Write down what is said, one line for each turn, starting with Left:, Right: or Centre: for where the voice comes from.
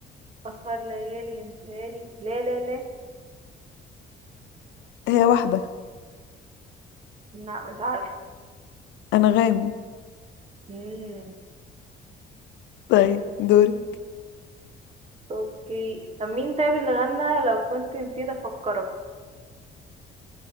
Right: أسهر ليالي انتهالي لا لا لا
Left: هي واحدة
Right: لا مش عارفة
Left: أنغام
Right: مم.
Left: طيب دوري
Right: اوكي طب مين طيب اللي غنى لو كنت نسيت أفكرك